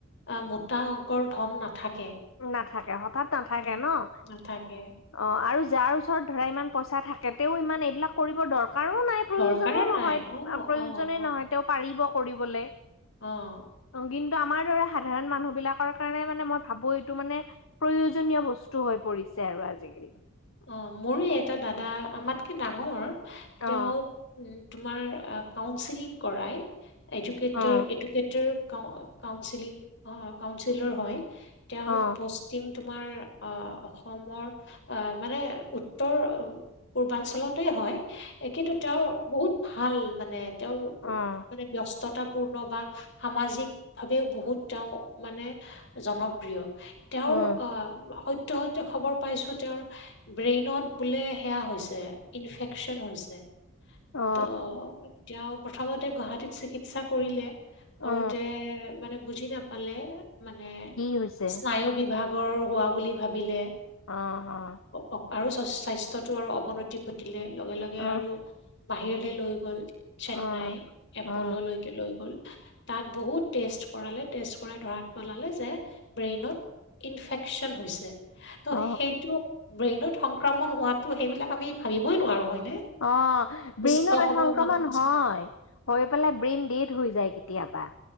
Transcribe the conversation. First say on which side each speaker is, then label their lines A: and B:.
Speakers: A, on the left; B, on the left.
A: অ' মোটা অংকৰ ধন নাথাকে।
B: নাথাকে। হঠাৎ নাথাকে
A: উম
B: ন'।
A: নাথাকে
B: অ' আৰু যাৰ ওচৰত ধৰা ইমান পইচা থাকে, তেওঁ ইমান এইবিলাক কৰিবৰ দৰকাৰো নাই। প্ৰয়োজনো
A: দৰকাৰে
B: নহয়,
A: নাই অ
B: আ প্ৰয়োজনেই
A: অ অ
B: নহয় তেওঁ পাৰিব কৰিবলে।
A: অ'।
B: কিন্তু আমাৰ দৰে সাধাৰণ মানুহ বিলাকৰ কাৰণে মানে কি মই ভাবো এই টো মানে প্ৰয়োজনীয় বস্তু হৈ পৰিছে আৰু আজিকালি।
A: অ' মোৰ এটা দাদা আমাতকৈ ডাঙৰ,
B: অ
A: তেওঁ তোমাৰ আ কাউেলিং কৰাই, এডাকেটৰ
B: অ
A: এডো কেটাৰ কাউণ্ট-কাউণ্টচিলিং, অ' কাউণ্টচিলিয়ৰ হয়, তেওঁৰ
B: অ
A: পোষ্ট <inaudible> তোমাৰ অ-অসমৰ আ মানে উত্তৰ পূৰ্বাঞ্চলতেই হয়, অ' কিন্তু তেওঁৰ বহুত ভাল মানে, তেওঁ।
B: অ'।
A: মানে ব্যস্ততাপূৰ্ণ বা সামাজিক ভাৱেও বহুত তেওঁ মানে জনপ্ৰিয়। তেওঁৰ
B: অ উম
A: আ সত্যে সত্যে, সত্যে খবৰ পাইছোঁ, তেওঁৰ ব্ৰেইনত বোলে সেয়া হৈছে, ইনফেকচন হৈছে। ত'
B: অ
A: তেওঁ প্ৰথমতে গুৱাহাটীত চিকিৎসা কৰিলে।
B: অ
A: কৰোতে মানে বুজি নাপালে মানে,
B: কি হৈছে
A: স্নায়ু বিভাগৰ হোৱা বুলি ভাবিলে।
B: অ', অ'।
A: অ' আৰু স্বাস্থ্যটো আৰু অৱনতি ঘটিলে লগে লগে
B: অ
A: আৰু বাহিৰলৈ লৈ গ'ল। চেন্নাই
B: অ
A: এপললৈকে
B: অ
A: লৈ গ'ল। তাত বহুত টেষ্ট কৰালে, টেষ্ট কৰাই ধৰাত পেলালে যে ব্ৰেইনত ইনফেকচন হৈছে। ত'
B: অ
A: সেইটো, ব্ৰেইনত সংক্ৰমণ হোৱাটো সেইবিলাক আমি ভাবিবই নোৱাৰো হয়নে।
B: অ'
A: সুস্থ
B: ব্ৰেইনত
A: সবল
B: এই সংক্ৰমণ
A: মানুহ এজন
B: হয়। হৈ পেলাই ব্ৰেইন ডেট হৈ যায় কেতিয়াবা।